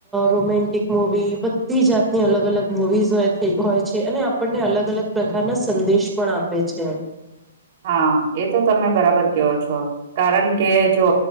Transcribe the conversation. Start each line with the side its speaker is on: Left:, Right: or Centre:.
Centre: રોમેન્ટિક મુવી બધી જાતની અલગ અલગ મુવીઝ હોય છે અને આપણને અલગ અલગ પ્રકારના સંદેશ પણ આપે છે.
Right: હા એ તો તમે બરાબર કેયોો છો. કારણ કે જો